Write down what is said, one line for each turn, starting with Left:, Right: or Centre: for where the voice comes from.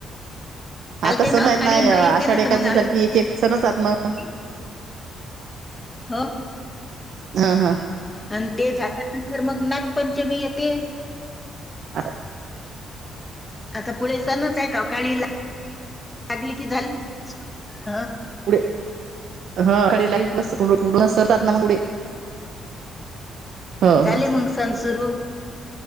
Left: आलते
Right: आता सण
Left: ना,
Right: आहेत
Left: खाली एक बाई येते
Right: आषाढ
Left: ना
Right: एकादशी
Left: तर मग
Right: झाली की एक एक सणच आत मग
Left: <unintelligible> हा.
Right: हा हा.
Left: आणि ते झाल्यानंतर मग नागपंचमी येते.
Right: आता
Left: आता पुढे सणाचा एक अवकाळी ला लागली झाली की
Right: पुढे हा <unintelligible> पुढे हो
Left: झाले
Right: हो
Left: मग सण सुरू.